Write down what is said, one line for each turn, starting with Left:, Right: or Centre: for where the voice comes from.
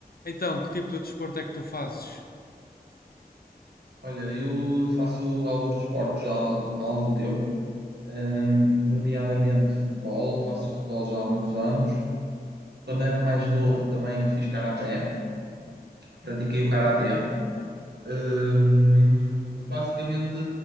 Left: Então, que tipo de desporto é que tu fazes?
Right: Olha, eu faço alguns desportos já há algu- há algum tempo, hum, nomeadamente futebol. Faço futebol já há muitos anos. Quando era mais novo também fiz karaté, pratiquei o karaté. Hum, basicamente